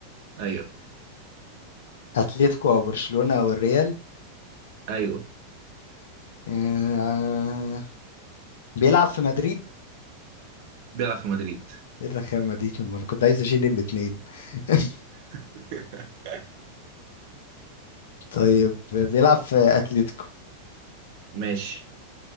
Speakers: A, on the right (about 50°); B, on the left (about 60°).
A: ايوه
B: اتلتيكو او برشلونة او الريال
A: ايوه
B: آه... بيلعب في مدريد
A: بيلعب في مدريد
B: ايه الرخامة دي طب ما انا كنت عايز اشيل الاتنين <laughs>
A: <laughs>
B: طيب بيلعب في اتلتيكو
A: ماشي